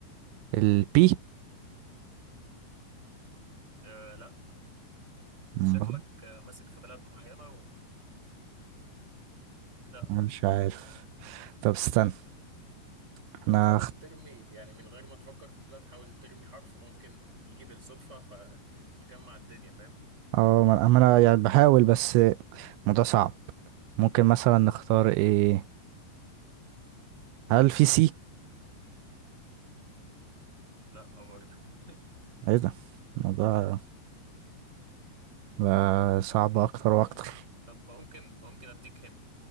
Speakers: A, on the right (about 90°); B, on the right (about 15°).
A: البي
B: آه لا
A: مم،
B: شكلك آه، ماسك في بلد معينة و... لا
A: مش
B: لا
A: عارف طب استنى احنا
B: حاول ترمي يعني من غير ما تفكر في البلاد حاول ترمي حرف ممكن يجي بالصدفة فتجمع الدنيا فاهم
A: اه ما ما انا يعني بحاول بس الموضوع صعب ممكن مثلا نختار ايه هل في سي
B: لا برضه <laughs>
A: ايه ده الموضوع بقى صعب اكتر واكتر
B: طب ممكن ممكن اديك هنا